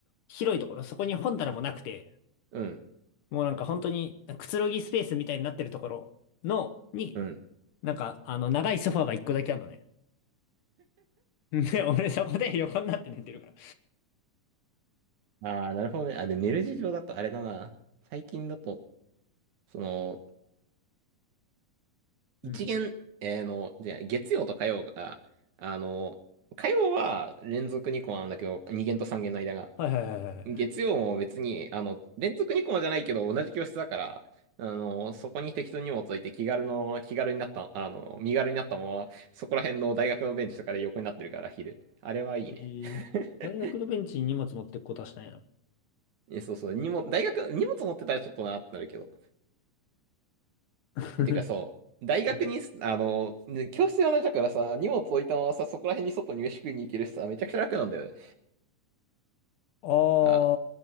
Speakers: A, on the left; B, on the right.
A: 広いところ、そこに本棚もなくて、
B: うん。
A: もうなんか本当にくつろぎスペースみたいになってるところの、に、
B: うん。
A: なんか、あの、長いソファーが1個だけあるのね。<laughs> ね俺そこで横になって寝てるから。
B: ああ、なるほどね。あ、で、寝る事情だとあれだな。最近だと、その、一限、
A: うん。
B: えーの、じゃあ月曜と火曜が、あの、火曜は連続にこうなんだけど、2限と3限の間が。
A: はいはいはいはい。
B: 月曜も別に、あの、連続2コマじゃないけど、同じ教室だから、あの、そこに適当に荷物置いて気軽の、気軽になった、あの、身軽になったまま、そこら辺の大学のベンチとかで横になってるから、昼。あれはいいね。
A: えー、
B: <laughs>
A: 大学のベンチに荷物持ってくことはしないの。
B: え、そうそう、荷物、大学、荷物持ってたらちょっとなってなるけど。
A: <laughs>
B: え、てかそう、大学に、
A: うん。
B: あの、ね教室が同じだからさ、荷物置いたままさ、そこら辺に外に飯食いに行けるしさ、めちゃくちゃ楽なんだよね。
A: あ
B: あ、